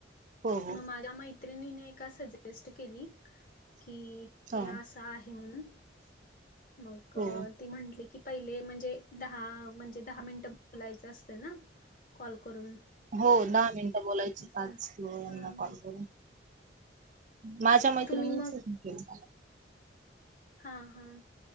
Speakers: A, on the right; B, on the left.
A: हो हो
B: मग माझ्या मैत्रिणीने ए सजेस्ट केली की
A: ह
B: अस आहे म्हणून मग
A: हो
B: ती म्हंटली की पहिले म्हणजे दहा म्हणजे दहा मिनिट बोलायचं असत ना कॉल करून
A: हो दहा मिनिटं बोलायची
B: असं
A: पाच क यांना
B: हां
A: कॉल करून माझ्या मैत्रिणीच
B: तुम्ही मग
A: केलं मला
B: हा हा